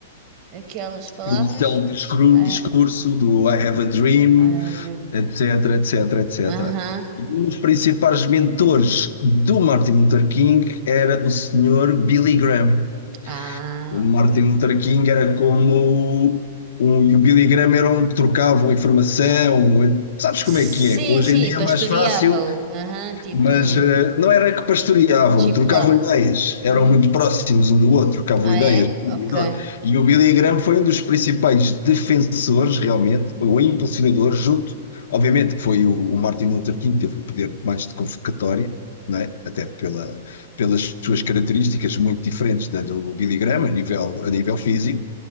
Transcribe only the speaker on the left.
aquele célebre
discurso do I Have a Dream,
etc, etc, etc.
E um dos principais mentores do Martin Luther King era o senhor Billy Graham.
O Martin
Luther King era como um, e o Billy Graham era um que trocavam informação. um, Sabes como
é que é? Hoje
em dia
é mais fácil
mas eh, não era que pastoreavam,
trocavam ideias, eram
muito próximos um do outro, trocavam
ideias.
um
e E o Billy Graham foi um dos principais defensores, realmente, ou impulsionador, junto, obviamente, que foi o, o Martin Luther King, teve o poder mais de convocatória, não é? Até pela, pelas suas características muito diferentes da do Billy Graham, a nível, a nível físico,